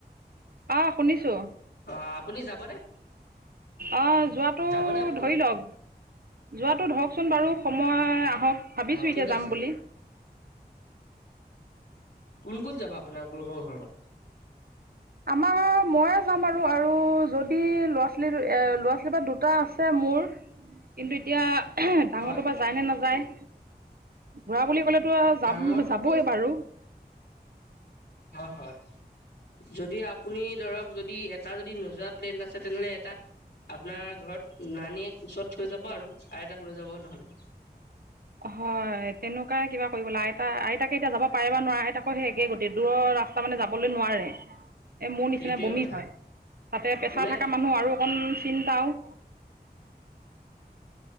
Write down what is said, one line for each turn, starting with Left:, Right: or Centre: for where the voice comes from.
Right: অ' শুনিছো।
Left: অ' আপুনি যাবনে?
Right: অ' যোৱাটো
Left: যাবনে আপুনি
Right: ধৰি লওক যোৱাটো ধৰকচোন বাৰু সময় আহক। ভাবিছো
Left: অ ঠিক
Right: এতিয়া
Left: আছে
Right: যাম বুলি।
Left: কোন, কোন যাব আপোনালোকৰ ঘৰত।
Right: আমাৰ ময়ে যাম আৰু আৰু যদি ল'ৰা- ছোৱালী ল'ৰা- ছোৱালীৰ বা দুটা আছে মোৰ। কিন্তু এতিয়া আ হা ডাঙৰটো
Left: হয়
Right: বা যায় নে নাযায়। ঘুৰা বুলি ক'লেতো যাম
Left: ডাঙৰটোতো
Right: যাবইে বাৰু।
Left: হয়, হয়। যদি আপুনি ধৰক যদি এটা যদি নোযোৱা প্লেন আছে তেনেহ'লে এটা আপোনাৰ ঘৰত নানীয়ে ওচৰত থৈ যাব আৰু আইতাক লৈ যাব নহলে।
Right: হয়, তেনেকুৱাই কিবা কৰিব লা আইতা আইতাকে এতিয়া যাব পাৰে বা নোৱাৰে আইতাকো সেই একে গোটেই দূৰৰ ৰাস্ত তাৰমানে যাবলৈ নোৱাৰে।
Left: <unintelligible>
Right: এই মোৰ নিচিনা
Left: সেইটোৱে
Right: বমি
Left: কথা।
Right: হয়, তাতে পেছাৰ
Left: মানে
Right: থকা মানুহ আৰু অকণ চিন্তাও।